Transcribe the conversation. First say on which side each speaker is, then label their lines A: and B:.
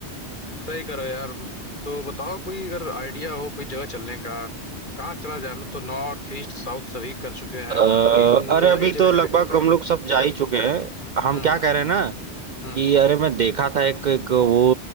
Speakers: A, on the left (about 45°); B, on the right (about 55°).
A: सही करो यार तो बताओ कोई अगर आइडिया हो कोई जगह चलने का कहाँ चला जाए हम लोग तो नॉर्थ ईस्ट साउथ सभी कर चुके हैं
B: अ,
A: कोई नई
B: अरे अभी
A: जगह
B: तो लगभग
A: जाने का मन कर रहा
B: हम लोग सब जा ही चुके हैं हम
A: हूँ। हम्म
B: क्या कह रहे हैं ना
A: हम्म
B: कि अरे मैं देखा था एक एक वो